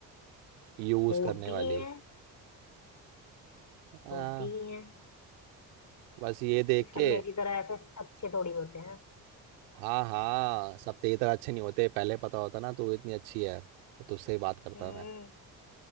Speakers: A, on the right (about 70°); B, on the left (about 35°).
A: यूज
B: होती
A: करने वाली
B: ही है
A: हाँ
B: होती ही है
A: बस ये देख
B: सब
A: के
B: मेरी तरह ऐसे अच्छे थोड़ी होते हैं
A: हाँ हाँ सब तेरी तरह अच्छे नहीं होते पहले पता होता ना तू इतनी अच्छी है तो तुझसे ही बात करता
B: हम्म
A: मैं